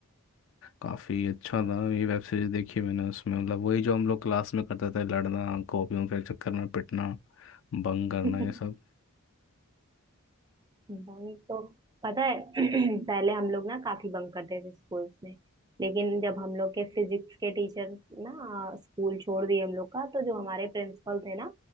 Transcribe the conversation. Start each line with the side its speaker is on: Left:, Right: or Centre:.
Left: काफी अच्छा था ये वेब सीरीज देखी मैंने उसमें मतलब वही जो हम लोग क्लास में करते थे लड़ना कॉपियों के चक्कर में पिटना बंग करना
Right: <laughs>
Left: ये सब
Right: बंक तो पता है <clears throat> पहले हम लोग ना काफी बंक करते थे स्कूल्स में लेकिन जब हम लोग के फिजिक्स के टीचर ना स्कूल छोड़ दिए हम लोग का तो जो हमारे प्रिंसिपल थे ना